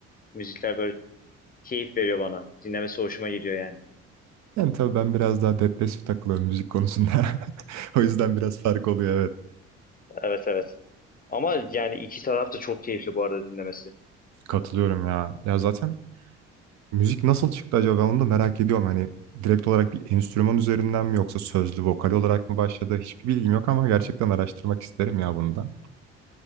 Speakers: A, on the left; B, on the right.
A: müzikler böyle keyif veriyor bana. Dinlemesi hoşuma gidiyor yani.
B: Yani tabii ben biraz daha depresif takılıyorum müzik konusunda. <laughs> O yüzden biraz fark oluyor evet.
A: Evet evet. Ama yani iki taraf da çok keyifli bu arada dinlemesi.
B: Katılıyorum ya. Ya zaten Müzik nasıl çıktı acaba? Ben onu da merak ediyorum. Hani direkt olarak bir enstrüman üzerinden mi yoksa sözlü, vokal olarak mı başladı? Hiçbir bilgim yok ama gerçekten araştırmak isterim ya bunu da.